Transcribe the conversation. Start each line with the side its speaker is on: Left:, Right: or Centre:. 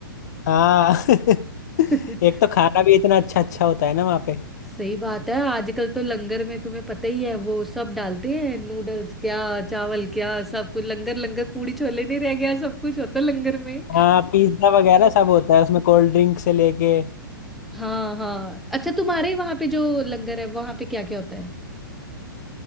Left: हाँ <laughs>
Centre: <laughs>
Left: एक तो खाना भी इतना अच्छा अच्छा होता है ना वहाँ पे
Centre: सही बात है आजकल तो लंगर में तुम्हें पता ही है वो सब डालते हैं नूडल्स क्या चावल क्या सब कुछ लंगर लंगर पूड़ी छोले नहीं रह गया सब कुछ होता है लंगर में
Left: हाँ पिज्जा वगैरह सब होता है उसमें कोल्ड ड्रिंक से लेके
Centre: हाँ हाँ अच्छा तुम्हारे वहां पे जो लंगर है वहां पे क्या क्या होता है